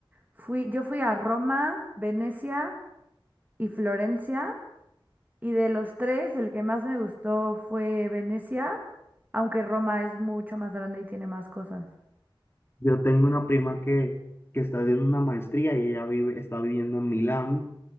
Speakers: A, on the right; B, on the left.
A: Fui, yo fui a Roma, Venecia y Florencia, y de los tres, el que más me gustó fue Venecia, aunque Roma es mucho más grande y tiene más cosas.
B: Yo tengo una prima que, que está haciendo una maestría y ella vive, está viviendo en Milán